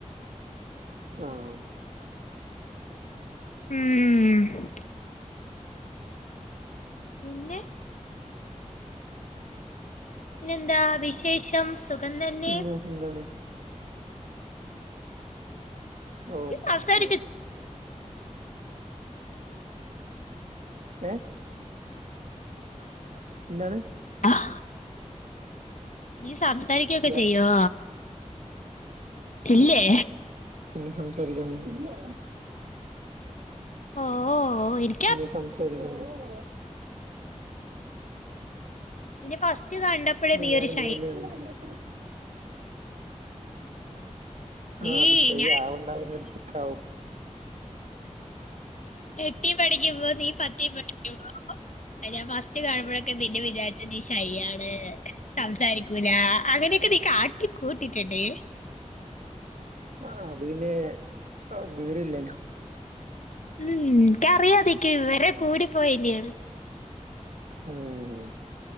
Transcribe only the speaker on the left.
മ്ഹ് പിന്നെ പിന്നെ എന്താ വിശേഷം സുഖം തന്നെ
നീ സംസാരിക്ക
അഹ് നീ സംസാരിക്കുകയൊക്കെ
ചെയ്യോ ഇല്ലേ
ഓഹ് ഓഹ് എനി
നിന്നെ ഫസ്റ്റ് കണ്ടപ്പഴേ
നീ ഒരു ഷൈ
നീ
ഞാൻ
എട്ടീ പഠിക്കുമ്പോ നീ പത്തീ പഠിക്കുന്നു അ ഞാൻ ഫസ്റ്റ് കാണുമ്പൊഴക്കെ നിന്നെ വിചാരിചേ നീ ശൈ ആണ് സംസാരിക്കൂല അങ്ങനെയൊക്കെ നീ കാട്ടി കൂട്ടിയിട്ടുണ്ട്
ഉം എനിക്കറിയാം നിക്ക് വിവരം കൂടി പോയെന്നു